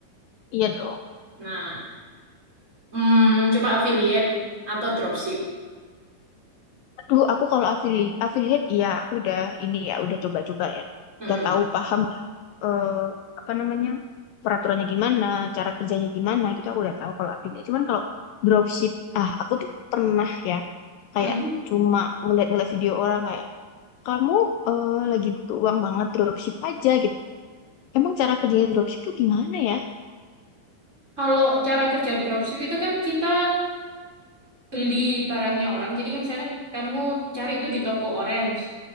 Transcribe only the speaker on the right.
Nah, mm, coba affiliate atau dropship.
Mm.
Hmm.
Kalau cara kerja dropship itu kan kita beli barangnya orang. Jadi kayak misalkan kamu cari itu di toko orange,